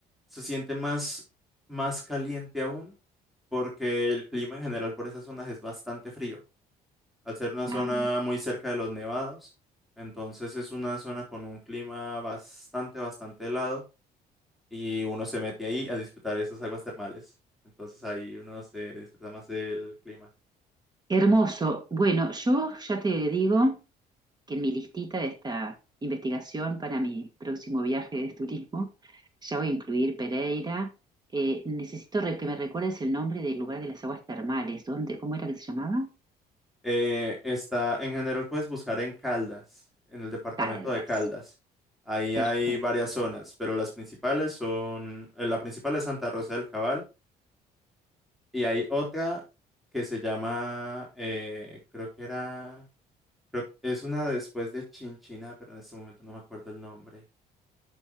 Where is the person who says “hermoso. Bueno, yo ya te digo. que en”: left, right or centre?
Right